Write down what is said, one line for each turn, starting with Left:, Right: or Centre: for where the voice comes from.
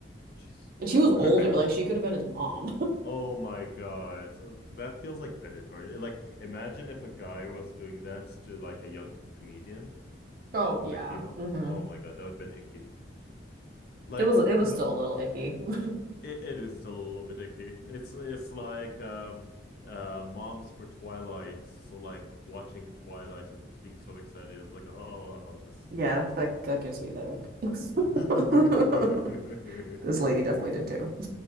Left: Jesus Christ.
Right: And she was
Left: <laughs> All
Right: older,
Left: right.
Right: like she could have been his mom.
Left: Oh my God. So that feels like predatory. And, Like, imagine if a guy was doing that to like a young comedian,
Right: Oh
Left: like
Right: yeah.
Left: female.
Right: hmm
Left: Oh my God, that would have been icky. Like,
Right: It was it was
Left: but
Right: still a little icky. <laughs>
Left: It, it is still a little bit icky. It's it's like um uh moms for Twilight, so like watching Twilight and being so excited is like, oh, this is
Right: Yeah,
Left: disgusting.
Right: that that gives me the ick.
Left: <laughs>
Right: <laughs> This lady definitely did too.